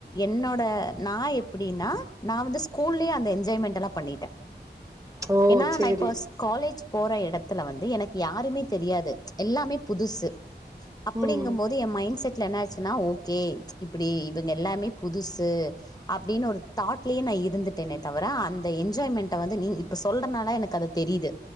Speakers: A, on the left (about 20°); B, on the right (about 20°).
A: என்னோட நா எப்டின்னா நா வந்து ஸ்கூல்லே அந்த என்ஜாய்மெண்ட்டலா பண்ணிட்டே
B: ஓ
A: ஏனா
B: சேரி
A: நா இப்ப ஸ் காலேஜ் போற எடத்துல வந்து எனக்கு யாருமே தெரியாது எல்லாமே புதுசு அப்டிங்கம்போது
B: ம்
A: என் மைண்ட் செட்ல என்னாச்சு னா ஓகே இப்டி இவங்க எல்லாமே புதுசு அப்டின் ஒரு தாட்லே நா இருந்துட் டேனே தவிர அந்த என்ஜாய்மெண்ட்ட வந்து நீ இப்ப சொல்றனால எனக்கு அது தெரியுது